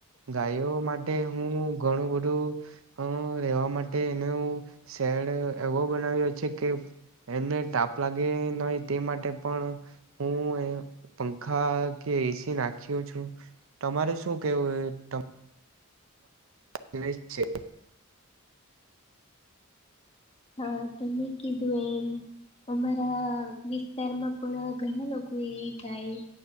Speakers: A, on the right (about 65°); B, on the left (about 30°).
A: ગાયો માટે હું ઘણું બધું હ રહેેવા માટે એનો શેડ એવો બનાવ્યો છે કે એમને તાપ લાગે નય તે માટે પણ હું એ પંખા કે એસી નાખ્યો છું. તમારે શું કેવું એ તમ <inaudible> છે.
B: હા તમે કીધું એમ અમારા વિસ્તારમાં પણ ઘણા લોકો એ ગાય.